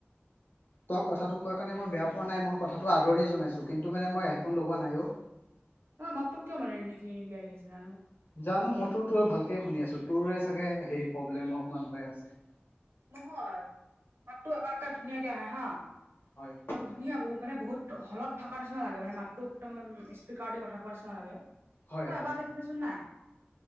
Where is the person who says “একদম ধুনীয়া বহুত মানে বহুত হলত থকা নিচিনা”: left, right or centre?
Right